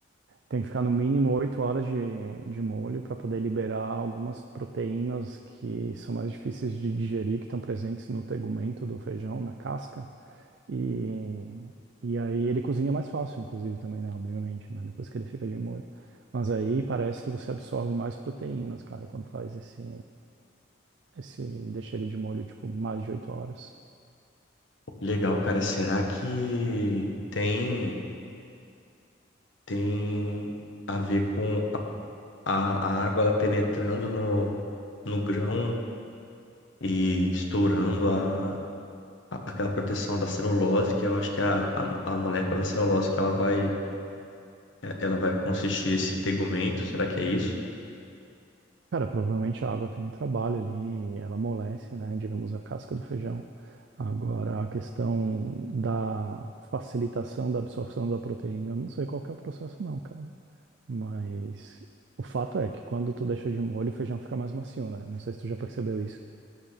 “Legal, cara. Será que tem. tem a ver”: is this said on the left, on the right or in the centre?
Left